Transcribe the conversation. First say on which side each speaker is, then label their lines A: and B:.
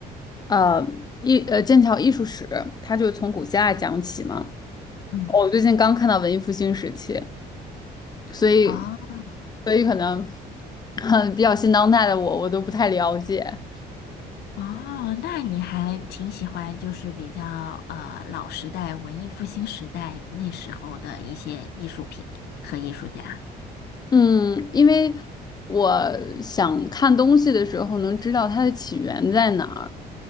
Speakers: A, on the left (about 25°); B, on the left (about 75°).
A: 呃艺呃剑桥艺术史，它就从古希腊讲起嘛。
B: 嗯，
A: 我最近刚看到文艺复兴时期，所以
B: 啊。
A: 所以可能 <laughs> 比较新当代的我，我都不太了解。
B: 哦，那你还挺喜欢，就是比较呃老时代、文艺复兴时代那时候的一些艺术品和艺术家。
A: 嗯，因为我想看东西的时候能知道它的起源在哪儿，